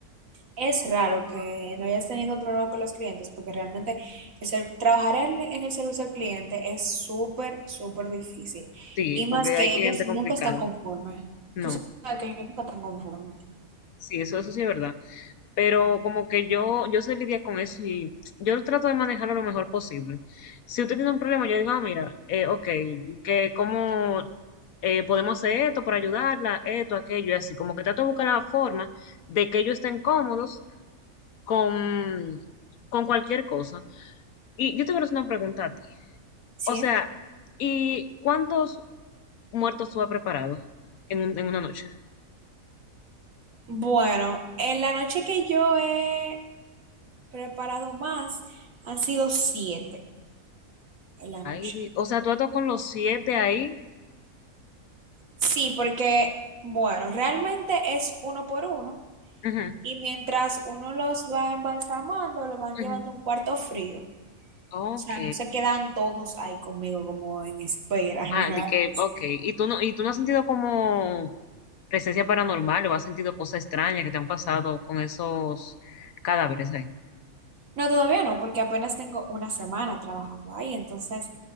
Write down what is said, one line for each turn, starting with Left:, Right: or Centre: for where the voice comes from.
Right: Es raro que no hayas tenido problema con los clientes, porque realmente el ser- trabajar en, en el servicio al cliente es súper, súper difícil.
Left: Sí,
Right: Y
Left: porque
Right: más que
Left: hay cliente
Right: ellos
Left: complicado.
Right: nunca están conformes.
Left: No,
Right: Tú sabes que ellos nunca están conformes.
Left: sí, eso, eso sí es verdad. pero como que yo, yo sé lidiar con eso y yo trato de manejarlo lo mejor posible. Si usted tiene un problema, yo digo, ah, mira, eh, ok, que cómo eh, podemos hacer esto para ayudarla, esto, aquello, y así, como que trato de buscar la forma de que ellos estén cómodos con, con cualquier cosa. Y yo te quiero hacer una pregunta a ti.
Right: Sí.
Left: O sea, ¿y cuántos muertos tú has preparado en, un- en una noche?
Right: Bueno, en la noche que yo he preparado más, han sido siete en la noche.
Left: Ay, di- o sea, tú has estado con los siete ahí.
Right: Sí, porque, bueno, realmente es uno por uno.
Left: Ujú,
Right: Y mientras uno los va embalsamando, los van
Left: ujú.
Right: llevando a un cuarto frío. O
Left: Ok.
Right: sea, no se quedan todos ahí conmigo como en espera <laughs>
Left: Ah,
Right: ni nada
Left: de que,
Right: de eso.
Left: ok. ¿Y tú no, y tú no has sentido como presencia paranormal o has sentido cosas extrañas que te han pasado con esos cadáveres ahí?
Right: No, todavía no, porque apenas tengo una semana trabajando ahí, entonces